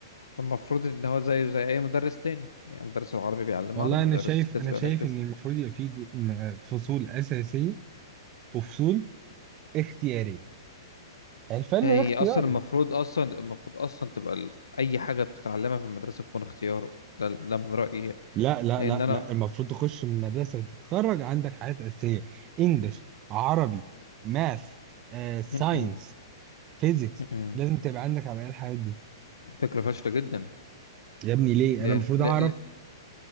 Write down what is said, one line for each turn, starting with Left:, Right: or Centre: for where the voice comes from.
Left: المفروض ان هو زيه زي اي مدرس تاني يعني مدرس العربي بيعلم
Right: والله
Left: عربي
Right: انا
Left: مدرس
Right: شايف
Left: كذا
Right: انا
Left: بيعلم
Right: شايف
Left: كذا
Right: ان المفروض يبقى في د- م- فصول اساسيه وفصول اختياريه يعني الفن
Left: هي
Right: ده اختياري
Left: هي اصلا المفروض اصلا المفروض اصلا تبقى ال- اي حاجه بتتعلمها في المدرسه تكون اختيار ده ده من رايي يعني.
Right: لا لا
Left: لان
Right: لا
Left: انا
Right: لا المفروض تخش من مدرسه تتخرج عندك حاجات اساسيه انجلش عربي ماث آه، ساينس
Left: م-م.
Right: فيزيكس
Left: م-م.
Right: لازم تبقى عندك على الأقل الحاجات دي
Left: فكره فاشله جدا
Right: يا ابني ليه
Left: لان
Right: انا المفروض
Left: ل...
Right: اعرف
Left: ل...